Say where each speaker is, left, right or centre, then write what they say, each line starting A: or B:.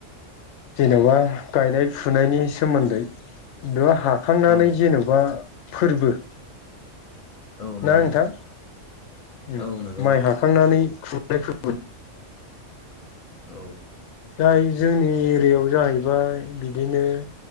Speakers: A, on the left; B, on the left.
A: जेन'बा गायनाय फुनायनि सोमोन्दै बेयाव हाखांनानै
B: औ
A: जेन'बा फोरबो
B: औ नंगौ
A: ना नोंथां ओम
B: औ नंगौ नोंथां
A: माइ हाखांनानै खुर <inaudible>
B: औ
A: जाय जोंनि एरियायाव जाहैबाय बिदिनो